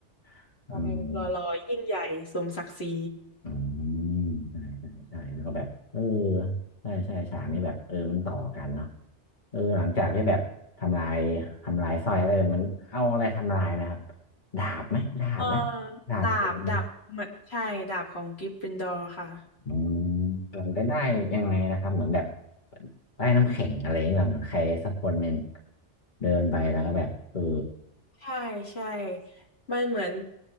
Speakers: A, on the left; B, on the left.
A: <laughs>
B: โอเครอรอยิ่งใหญ่
A: อืม
B: สมศักดิ์ศรี
A: อืมใช่ใช่ใช่แล้วก็แบบเออใช่ใช่ฉากนี้แบบเออมันต่อกันเนาะเออหลังจากที่แบบทำลายทำลายสร้อยอะไรแบบมันเอาอะไรทำลายนะครับดาบไหมดาบไหม
B: อ่า
A: ดาบโผล่เนี่ย
B: ดาบดาบเหมือนใช่ดาบของกริฟฟินดอร์ค่ะ
A: อืมหลังไปได้ยังไงนะครับเหมือนแบบได้น้ำแข็งอะไรอย่างเงี้ยแบบเหมือนใครสักคนหนึ่งเดินไปแล้วก็แบบเออ
B: ใช่ใช่มันเหมือน